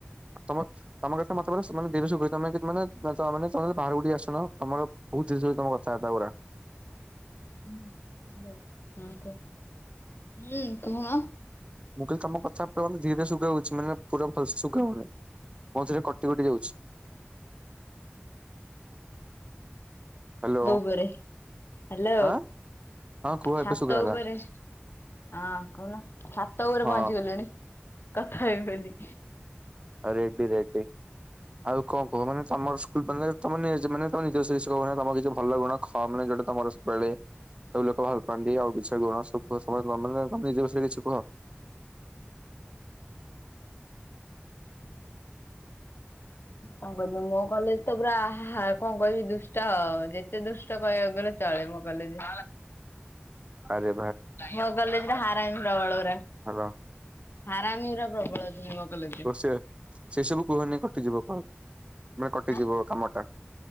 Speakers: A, on the right; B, on the left.
A: ତମ ତମ କେତେ ମତେ ଧରେ ସୁଖ ତମେେ ମାନେ ତେ ତେ ବାହାରୁ ଉଠି ଆସୁନ ତମର ବହୁତ ଧୀରେ ସୁଖ ତମ କଥା ହେତା ଗୁୁରା
B: ହ ହଲୋ ହଁ କ ହୁଁ କୁହୁଣ
A: ମୁଁ କହିଲି ତମ କଥା ଧୀରେ ଧୀରେ ଶୁଗା ହଉଛି ମାନେ ପୁରା ଭଲସ ଶୁଖା ହଉନହିଁ ମ ଧରେ କଟି କଟି ଯାଉଛି ହ୍ୟାଲୋ
B: ଦଉ ଘରେ ହ୍ୟାଲୋ
A: ଆଁ ହଁ କୁହ ଏବେ
B: ଛାତ
A: ଶୁଗାଗଲା
B: ଉପରେ ହଁ କହୁନ ଛାତ ଉପରେ
A: ହଁ
B: ପହଞ୍ଚି ଗଲୁଣି କଥା ହେବି ବୋଲି
A: ରେଡ୍ଡୀ ରେଡ୍ଡି ଆଉ କଣ କୋହୁନ ମାନେ ତମ ସ୍କୁଲକଲେଜ ତମେ ତମେ ମାନେ ତମ ନିଜଷୟରେ କି କହୁନ ତମ କିଛି ଭଲ ଗୁଣ ଖ ମାନେ ଯୋଉଟା ତମର ସବୁବେଳେ ସବୁ ଲୋକ ଭଲ ପାଆନ୍ତି ଆଉ କିଛି ଗୁଣ <unintelligible> ତମେ ନିଜଷୟରେ କିଛି କୁହ ଆ
B: କହିବି ମୋ କଲେଜ ତ ପୁରା କଣ କହିବି ଦୁଷ୍ଟ ଆହା ଯେତେ ଦୁଷ୍ଟ କହିବାକୁ ଗଲେ ଚଳେ ମୋ କଲେଜ।
A: ଆରେ
B: ମୋ କଲେଜେ <unintelligible>
A: ହାଲୋ
B: ହାରାମିହୁରା ପ୍ରବଳ ଅଛନ୍ତି ମୋ କଲେଜେରେ
A: କୁହ,
B: ।
A: ସେ ସେସବୁ କୁହନି କଟିଯିବ କଲ। କଟିଯିବ
B: ଆଁ
A: କାମ ଟା।